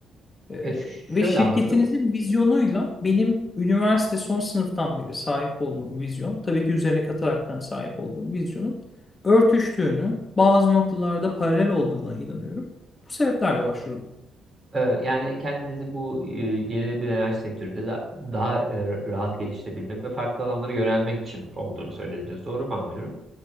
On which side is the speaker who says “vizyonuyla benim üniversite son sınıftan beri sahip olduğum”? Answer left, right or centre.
Left